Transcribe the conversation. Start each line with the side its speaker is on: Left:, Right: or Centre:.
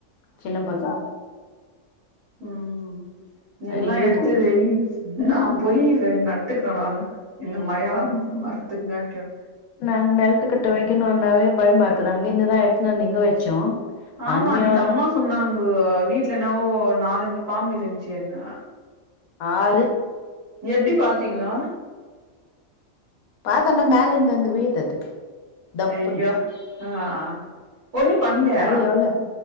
Left: சின்ன பக்
Right: உம்
Left: நெறைய
Right: எல்லா எடுத்து
Left: போகுது
Right: வெய் நா போயி நட்டுக்கிறநானு இந்த மகிழ மரத்துங்காட்டியு
Left: நா நெலத்துக்கட்டுவே வெக்கணும்ன்னாவே பயமா இருக்குது அங்கிருந்துதா எடுத்துனு வந்து இங்க வச்சோ
Right: ஆமா
Left: அங்கயு
Right: அன்னைக்கு அம்மா சொன்னாங்கோ வீட்ல என்னாவோ ஒரு நாலஞ்சு பாம்பு இருந்துச்சுன்னு
Left: ஆறு
Right: எப்டி பாத்தீங்கோ
Left: பாத்துன்னா மேல இருந்து வந்து விழுது அது தப்புன்னு
Right: ஐயோ ஆஹ் ஒண்ணும் பண்லையா
Left: அது எவ்ளோ